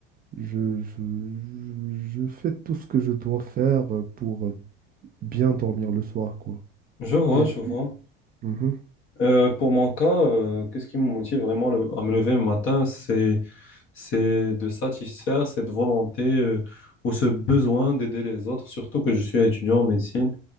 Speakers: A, on the right; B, on the left.
A: je, je, je fais tout ce que je dois faire pour bien dormir le soir, quoi.
B: Je vois,
A: Et
B: je
A: puis,
B: vois.
A: Mhm.
B: Euh, pour mon cas, euh, qu'est-ce qui me motive vraiment le- à me lever le matin, c'est, c'est de satisfaire cette volonté euh, ou ce besoin d'aider les autres, surtout que je suis étudiant en médecine.